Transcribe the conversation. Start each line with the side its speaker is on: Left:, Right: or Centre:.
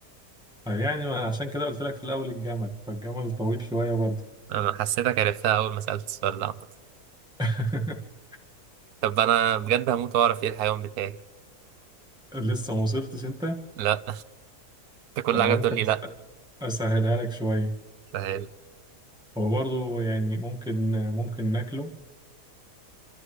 Centre: آه، يعني ما عشان كده قلت لك في الأول الجمل فالجمل طويل شوية برضه
Right: أنا حسيتك عرفتها أول ما سألت السؤال ده عامة
Centre: <laughs>
Right: طب أنا بجد هموت وأعرف إيه الحيوان بتاعي
Centre: لسه ما وصلتش أنت
Right: لا أنت كل
Centre: طب أنا
Right: حاجة
Centre: ممكن
Right: بتقول لي
Centre: أس-
Right: لا
Centre: أسهلها لك شوية
Right: سهل
Centre: هو برضه يعني ممكن ممكن ناكله